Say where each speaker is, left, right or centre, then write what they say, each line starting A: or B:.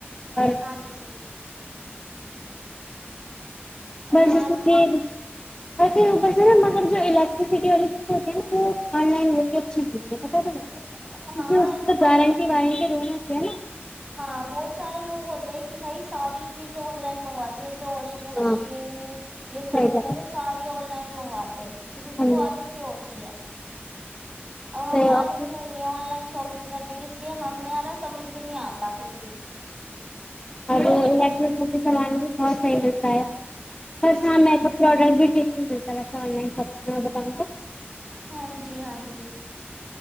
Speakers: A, on the left; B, on the right.
A: اور
B: ہاں جی اور
A: میں جسے
B: مارکیٹ
A: کہ اور پھر بسے نا مگر جو الیکٹرسٹی والی چیز ہوتی ہے وہ آن لائن چ تھا کیونکہ
B: نہیں ہاں
A: اس
B: ایسا
A: کی تو گارنٹی وارنٹی دونوں ہے نا <unintelligible>
B: ہاں بہت سار لوگ ہوتے ہیں کہ بھائی ساری چیزیں آن لائن منگوات د ہیں واشنگ
A: ہاں
B: مشین یہ سب
A: صحیح بات
B: چیزیں
A: ہے،
B: ساری اور ن لائن منگواتے ہیں کسی کسی
A: ہاں
B: کو عادت ہی ہوتی ہے اور ہمیں
A: تو
B: عادت
A: آپ
B: نہیں ہے آن لائن شاپنگ کرنے کے اس لیے ہمیںارا سمج بھی نہیں آتا کچھ بھی
A: ہاں
B: ان کو
A: اور
B: ریٹرن
A: الیکٹرسٹی سامان بھی بہت صحیح ملتا ہے <unintelligible> بس ہاں میک اپ پروڈکٹ بھی جل آن لائن خب بتاؤ کو <unintelligible>
B: ہاں جی ہاں جی